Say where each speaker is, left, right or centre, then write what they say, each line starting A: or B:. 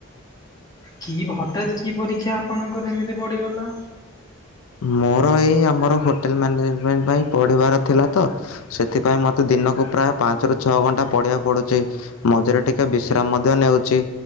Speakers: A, on the left; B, on the left.
A: କି ହଠାତ୍ କି ପରୀକ୍ଷା ଆପଣଙ୍କର ଏମିତି ପଡ଼ିଗଲା
B: ମୋର ଏଇ ଆମର ହୋଟେଲ ମ୍ୟାନେଜମେଣ୍ଟ ପାଇଁ ପଢିବାର ଥିଲା ତ ସେଥିପାଇଁ ମତେ ଦିନକୁ ପ୍ରାୟ ପାଞ୍ଚରୁୁ ଛଅ ଘଣ୍ଟା ପଢିବାକୁ ପଡୁଛି ମଝିରେ ଟିକେ ବିଶ୍ରାମ ମଧ୍ୟ ନେଉଛି